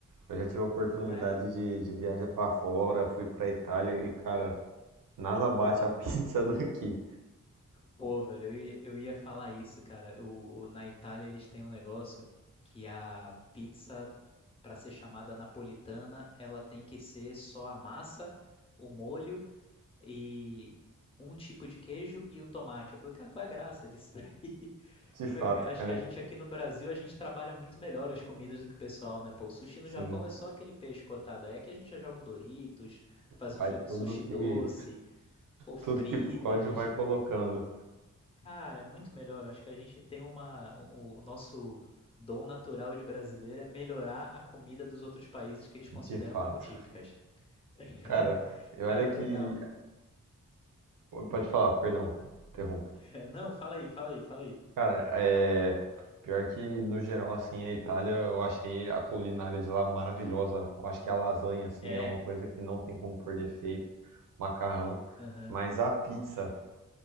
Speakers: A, on the right (about 75°); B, on the left (about 15°).
A: Eu já tive a oportunidade
B: Não é?
A: de, de viajar pra fora, fui pra Itália e, cara, nada bate a <laughs> pizza daqui.
B: Pô, velho, eu ia, eu ia falar isso, cara. O, o- na Itália eles têm um negócio que a pizza, pra ser chamada napolitana, ela tem que ser só a massa, o molho e um tipo de queijo e o tomate. Eu falei, cara, qual é a graça disso daí? <laughs>
A: De fato,
B: Qual é a gra- Acho
A: cara.
B: que a gente aqui no Brasil, a gente trabalha muito melhor as comidas do que o pessoal, né? Pô, o sushi no
A: Sim,
B: Japão é só aquele peixe cortado. Aí aqui a gente já joga um Doritos, faz
A: vai
B: um chu-
A: tudo
B: sushi
A: que
B: doce, pô, frita.
A: tudo que pode
B: A gente
A: vai colocando,
B: Cara, é muito melhor. Eu acho que a gente tem uma. O, o nosso dom natural de brasileiro é melhorar a comida dos outros países que eles consideram
A: de fato.
B: como típicas. <laughs>
A: Cara, e olha
B: Cara,
A: que.
B: legal.
A: Pode falar, perdão, interrompe.
B: <laughs> Não, fala aí, fala aí, fala aí.
A: Cara, é. Pior que no geral, assim, a Itália, eu achei a culinária de lá maravilhosa. Eu acho que a lasanha, assim,
B: É.
A: é uma coisa que não tem como pôr defeito. Macarrão.
B: Aham.
A: Mas a pizza,